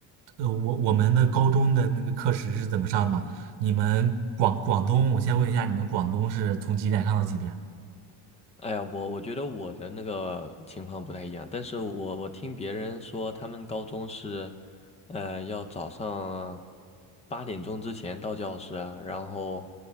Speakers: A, on the right; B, on the left.
A: 呃，我我们的高中的那个课时是怎么上的吗？你们广广东，我先问一下，你们广东是从几点上到几点啊？
B: 哎呀，我我觉得我的那个情况不太一样，但是我我听别人说，他们高中是，呃，要早上八点钟之前到教室啊，然后，